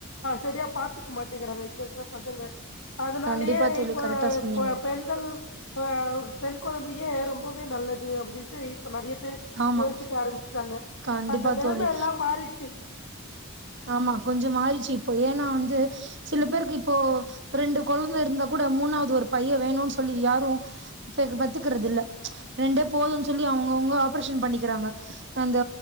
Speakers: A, on the left (about 60°); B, on the right (about 50°).
A: சரியா பாத்துக்க மாட்டங்றாங்க இப்ப இருக்கிற பசங்க அதனாலயே
B: கண்டிப்பா தோழி
A: இப்போ
B: கரெக்டா சொன்னீங்க
A: இப்போ பெண் கள் அ பெண் கொழந்தயே ரொம்பவே நல்லது அப்டின்ட்டு இப்ப நெறைய பேரு
B: ஆமா
A: யோசிக்க ஆரம்பிச்சுட்டாங்க
B: கண்டிப்பா
A: அந்த நிலைமையெல்லா
B: தோழி
A: மாறிச்சு
B: ஆமா கொஞ்ச மாறிச்சு இப்போ ஏன்னா வந்து சில பேருக்கு இப்போ ரெண்டு கொழந்த இருந்தா கூட மூணாவது ஒரு பைய வேணுன்னு சொல்லி யாரும் பேக் பெத்துக்கறது இல்ல ரெண்டே போதுன்னு சொல்லி அவுங்கவுங்க ஆப்ரேஷன் பண்ணிக்கிறாங்க அந்த